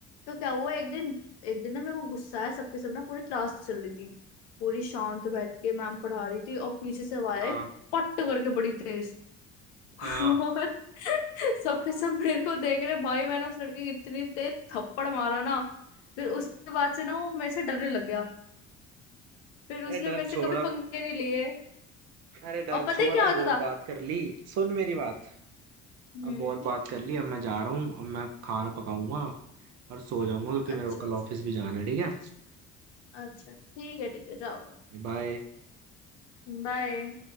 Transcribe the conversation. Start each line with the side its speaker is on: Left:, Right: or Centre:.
Left: तो क्या हुआ एक दिन एक दिन ना मेरे को गुस्सा आया सबके सब ना पूरी क्लास चल रही थी पूरी शांत बैठ के मैम पढ़ा रही थी और पीछे से आवाज
Right: हाँ
Left: आई पट्ट करके बड़ी तेज <laughs>
Right: हाँ
Left: और सबके सब मेरे को देख रहे भाई मैंने उस लड़के की इतनी तेज थप्पड़ मारा ना फिर उसके बाद से ना वो मेरे से डरने लग गया फिर उसने
Right: अरे डर
Left: मेरे
Right: छोड़
Left: से कभी
Right: अब
Left: पंखे नहीं लिए
Right: अरे डर
Left: और पता
Right: छोड़
Left: है क्या
Right: अब
Left: होता
Right: बहुत
Left: था
Right: बात कर ली सुन मेरी बात
Left: हम्म
Right: अब बहुत बात कर ली अब मैं जा रहा हूँ अब मैं खाना पकाऊंगा और सो जाऊंगा क्योंकि मेरे
Left: अच्छा
Right: को
Left: अच्छा
Right: कल ऑफिस भी जाना है ठीक है
Left: अच्छा ठीक है ठीक है जाओ लो
Right: बाय
Left: बाय